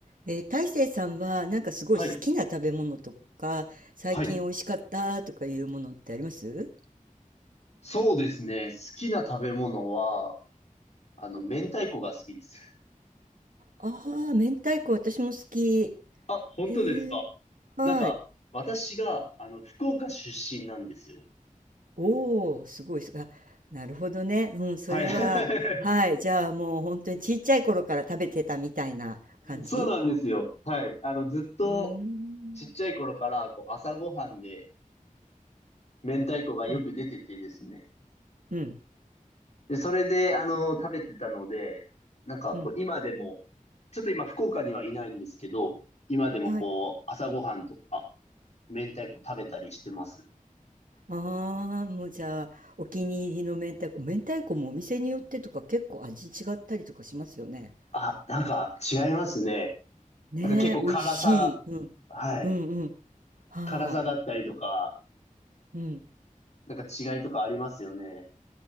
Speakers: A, on the right; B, on the left.
A: えー、大成さんはなんかすごい好きな食べ物とか、
B: はい。
A: 最近美味しかったとかいうものってあります
B: はい。そうですね。好きな食べ物は、あの、明太子が好きです。
A: ああー、明太子私も好き。
B: あ、本当ですか
A: へえ、はい。
B: なんか、私が、あの、福岡出身なんですよ。
A: おお、すごいす。あ、なるほどね。うん、それは、
B: はい。<laughs>
A: はい。じゃあもう本当にちっちゃい頃から食べてたみたいな感じ
B: そうなんですよ。はい。あの、ずっと、
A: うーん。
B: ちっちゃい頃から、こう、朝ごはんで、明太子がよく出ててですね。
A: うん、うん、
B: で、それで、あの、食べてたので、なんか、
A: うん。
B: こう、今でも、ちょっと今、福岡にはいないんですけど、今でもこう、
A: はい。
B: 朝ごはんとか、明太子食べたりしてます。
A: ああ、もうじゃあ、お気に入りの明太子。明太子もお店によってとか結構味違ったりとかしますよね。
B: あ、なんか違いますね。
A: ねえ、
B: なんか結構辛さ、
A: 美味しい。うん。
B: はい。
A: うんうん。は
B: 辛さだったりとか、
A: い。うん。
B: なんか違いとかありますよね。